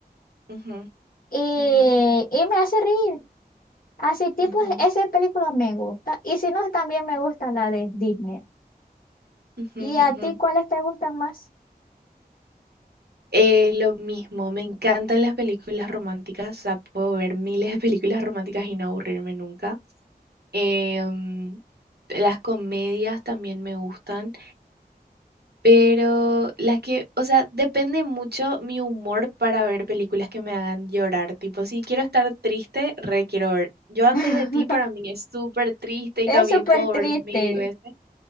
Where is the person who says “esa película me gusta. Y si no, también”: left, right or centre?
Left